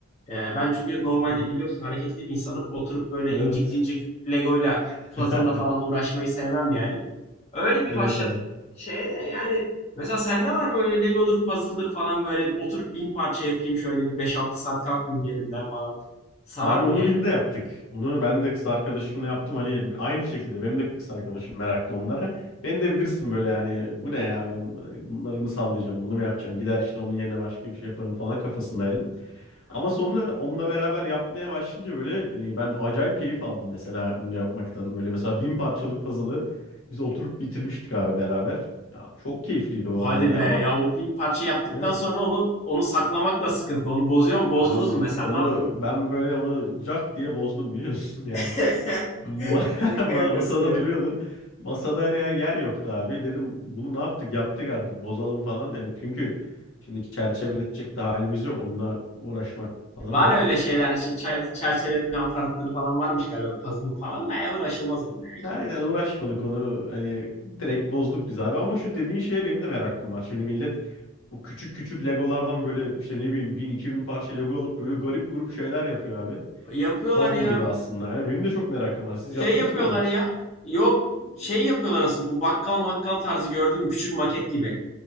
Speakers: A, on the left (about 30°); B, on the left (about 75°).
A: e, ben çünkü normalde
B: hı hı.
A: biliyorsun hareketli bir insanım. Oturup böyle
B: Evet.
A: incik incik Lego'yla
B: <laughs>
A: puzzle'la falan uğraşmayı sevmem yani. Öyle bir
B: Evet
A: başladık
B: abi.
A: şeye de yani Mesela sende var mı öyle Lego'dur, puzzle'dır falan böyle oturup bin parça yapayım şöyle bir beş altı saat kalkmayayım yerimden falan. Sarar
B: Abi
A: mı
B: onu
A: yani?
B: biz de yaptık. Onu ben de kız arkadaşımla yaptım. Hani aynı şekilde benim de kız arkadaşım meraklı onlara. Beni de bilirsin böyle yani bu ne ya Bun- bunları mı sallayacağım bunu mu yapacağım gider işte onun yerine başka bir şey yaparım falan kafasındaydım. Ama sonra onunla beraber yapmaya başlayınca böyle hani ben acayip keyif aldım mesela bunu yapmaktan. Böyle mesela bin parçalık puzzle'ı biz oturup bitirmiştik abi beraber. Ya çok keyifliydi bu
A: Hadi
B: arada hani
A: be
B: ama
A: ya o bin parça yaptıktan
B: aynen.
A: sonra onu onu saklamak da sıkıntı. Onu bozuyor mu? Bozdunuz
B: Abi
A: mu mesela?
B: onu
A: Ne yaptınız?
B: ben böyle onu cart diye bozdum biliyorsun <laughs> yani.
A: <laughs>
B: Ma- <laughs>
A: Şaka
B: ma-
A: yapıyorsun
B: Masada
A: ya.
B: duruyordu. Masada her yer, yer yoktu abi. Dedim bunu ne yaptık? Yaptık artık bozalım falan. Yani çünkü şimdi çerçeveletecek de halimiz yok. Onunla uğraşmak falan
A: Var
B: dert.
A: öyle şeyler işte çer- çerçeveletme aparatları falan varmış galiba puzzle'ın falan da ya uğraşılmaz onunla ya
B: Ya
A: kim
B: Aynen
A: uğraşacak?
B: uğraşmadık onu. Hani direkt bozduk biz abi. Ama şu dediğin şeye benim de merakım var. Şimdi millet o küçük küçük Legolardan böyle işte ne bileyim bin iki bin parça Lego alıp böyle garip grup şeyler yapıyor abi.
A: Yapıyorlar
B: Puzzle
A: ya
B: gibi aslında. Yani benim de çok merakım var. Siz
A: şey
B: yaptınız
A: yapıyorlar
B: mı onu hiç?
A: ya yok şey yapıyorlar asıl bu bakkal makkal tarzı gördün mü küçük maket gibi.